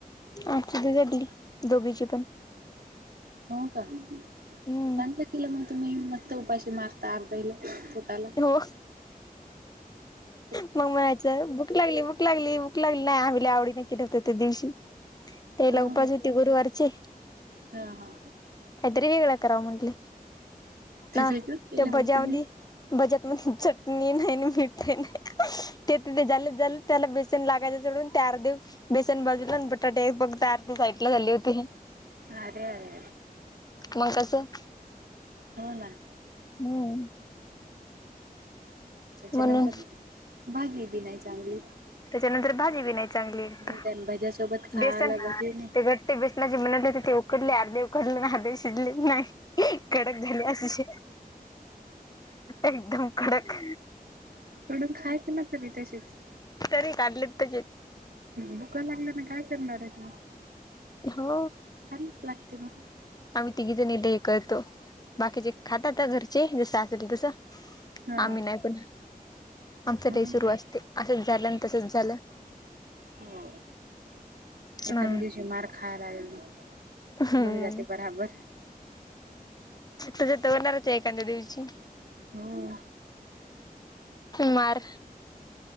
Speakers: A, on the left (about 25°); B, on the right (about 90°).
A: आध झाडली दोघीचीी पण
B: हो का चांगलं
A: हम्म
B: तिला मग तुम्ही मस्त उपाशी मारता अर्ध्याईला पोटाला
A: हो
B: ह
A: मग म्हणायचं भूक लागली भूक लागली भूक लागली नाही आमला आवडी नाहीकी ठत त्या दिवशी ते
B: हो
A: लगपच
B: का
A: होती गुरुवारचे
B: हा हा
A: काहीतरी वेगळा कराव म्हंटलं ना
B: ते वेगळंच केलं
A: ते भजावधी
B: मग तुम्ही
A: बजत म चटणी नाही मीठ नाही ते त ते झालं झाल त्याला बेसन लागायचं सोडून बटाटे बाजूला आणि बेसन साईडला झाले होते
B: अरेरे
A: मग कसं
B: हो ना
A: हम्म
B: त्याच्यानंतर
A: म्हणून
B: भाजी बी नाही चांगली
A: त्याच्यानंतर भाजी बी नाही चांगली एक
B: निदान भज्यासोबत खायला
A: बेसन
B: भजे नाही
A: ते घट ते बेसला जे म्हनटले होते ते उकडले आर्दे उकडले नाही आर्द शिजले नाही एक कडक झाली अस एकदम कडक
B: तोडून खायचं ना तरी तशीच
A: तरी काढले तर जेत
B: बुका लागल्या ना काय करणार आहे तु
A: हा
B: खान लागते म
A: आम्ही तिघे जण इेते हे करतो बाकीचे खातात घरचे जसं असेल तसं
B: हा
A: आम्ही नाही पण आमचं
B: हो
A: लही सुरू
B: का
A: असते असंच झालं तसच झालं
B: हो एखाद्या
A: म्हणून.
B: दिवशी मार खायला लागेल
A: असं
B: मग जाते बराबर
A: तर होणारच आहे एखाद्या दिवशी
B: हो
A: मार